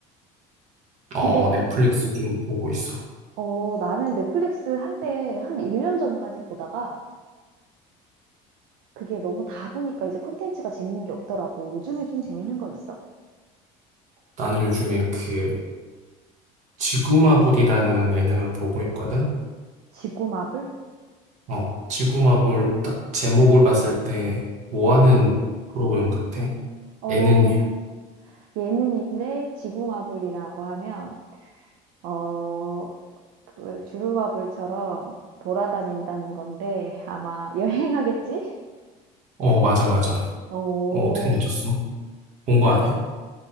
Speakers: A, on the right; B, on the right.
A: 근데
B: 어,
A: 난,
B: 어, 넷플릭스 좀 보고 있어.
A: 어, 나는 넷플릭스 한때 한 1년 전까지 보다가 그게 너무 다 보니까 이제 컨텐츠가 재밌는 게 없더라고. 요즘에 좀 재밌는 거 있어?
B: 나는 요즘에 그 지구마블이라는 예능을 보고 있거든.
A: 지구마블?
B: 어, 지구마블 딱 제목을 봤을 때 뭐 하는 프로그램 같아?
A: 어,
B: 예능이야.
A: 예능인데 지구마블이라고 하면 어, 그 주루마블처럼 돌아다닌다는 건데 아마 여행하겠지?
B: 어, 맞아, 맞아.
A: 오,
B: 어, 어떻게 늦었어? 본 거 아니야?